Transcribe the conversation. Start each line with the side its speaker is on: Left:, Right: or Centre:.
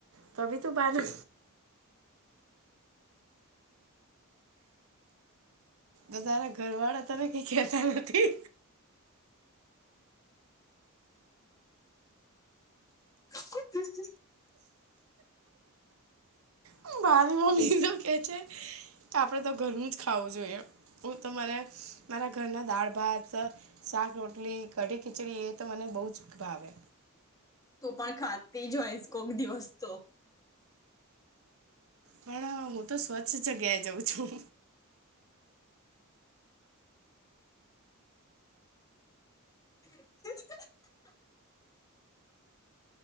Right: તો ભી તુ બાર નુ. બધારા ઘર વાળા તને કાય કેહેતા નથી?
Left: <unintelligible>
Right: હમ મારી મમ્મી તો કે છે, કે આપડે તો ઘરનું જ ખાવું જોઈએ. હું તો મને મારા ઘરના દાળ ભાત શાક રોટલી કઢી ખીચડી એ તો મને બહુ જ ભાવે.
Left: તું પણ ખાતી જ હોયસ કોક દિવસ તો.
Right: પણ હું તો સ્વચ્છ જગ્યાએ જઉં છું.
Left: <inaudible>